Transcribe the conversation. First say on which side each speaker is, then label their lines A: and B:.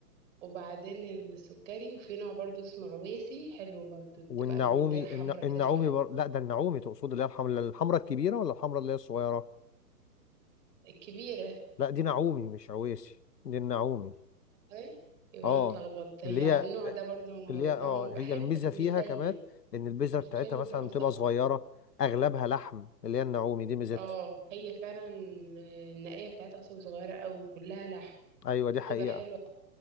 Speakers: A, on the right; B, on the left.
A: وبعدين السكري وفي نوع برضو اسمه عويسي حلو برضو
B: والنعومي
A: بتبقى المانجاية حمرا
B: الن... النعومي
A: كده شوية
B: بر... لا ده النعومي تقصد اللي هي الحمراء الحمراء الكبيره ولا الحمراء اللي هي الصغيره
A: الكبيرة
B: لا دي نعومي مش عويسي دي النعومي
A: اي يبقى
B: اه
A: أنا اتلخبطت هي
B: اللي هي
A: النوع ده برضو
B: اللي هي اه
A: طعمه بيبقى
B: هي
A: حلو
B: الميزه
A: بس
B: فيها
A: مش دايما
B: كمان ان البذره
A: مش
B: بتاعتها
A: دايما
B: مثلا
A: بيبقى مسكر
B: بتبقى صغيره اغلبها لحم اللي هي النعومي دي ميزتها
A: اه هي فعلا النقية بتاعتها أصلا صغيرة أوي وكلها لحم
B: ايوه دي حقيقة
A: تبقى حلوة